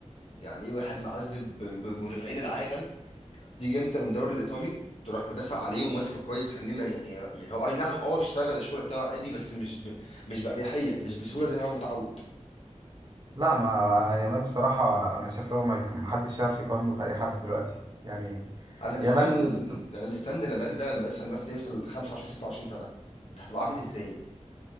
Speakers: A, on the left (about 60°); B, on the right (about 35°).
A: يعني ايه واحد معذب ب- ب- بمدافعين العالم تيجي انت من الدوري الايطالي تروح مدافع عليه وماسكه كويس تخليه ما- يعني يعني هو اي نعم اه اشتغل الشغل بتاعه عادي بس مش ب... مش باريحيه مش بسهوله زي ما هو متعود
B: لا ما يامال بصراحة أنا شايف لو ما يك- محدش يعرف يقارنه بأي حد دلوقتي يعني
A: انا مستني
B: يامال
A: انا مستني لامال ده لما يوصل مثلا يوصل 25 26 سنه انت هتبقى عامل ازاي